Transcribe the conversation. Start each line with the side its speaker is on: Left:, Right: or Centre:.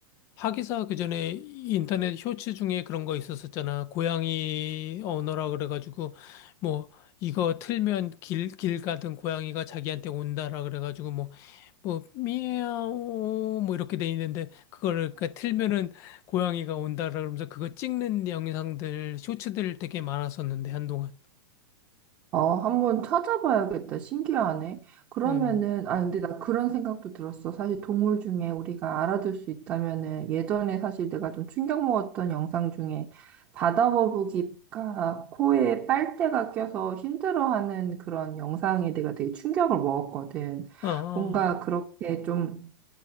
Left: 하기사 그 전에 인터넷 쇼츠 중에 그런 거 있었었잖아. 고양이 언어라 그래가지고 뭐 이거 틀면 길, 길 가던 고양이가 자기한테 온다라 그래가지고 뭐 뭐 미야오 뭐 이렇게 돼 있는데 그거를 그러니까 틀면은 고양이가 온다라 그러면서 그거 찍는 영상들 쇼츠들 되게 많았었는데 한동안.
Right: 어, 한번 찾아봐야겠다. 신기하네. 그러면은,
Left: 응.
Right: 아, 근데 나 그런 생각도 들었어. 사실 동물 중에 우리가 알아둘 수 있다면은, 예전에 사실 내가 좀 충격 먹었던 영상 중에 바다 거북이가 코에 빨대가 껴서 힘들어하는 그런 영상에 내가 되게 충격을 먹었거든.
Left: 아, 아, 아.
Right: 뭔가 그렇게 좀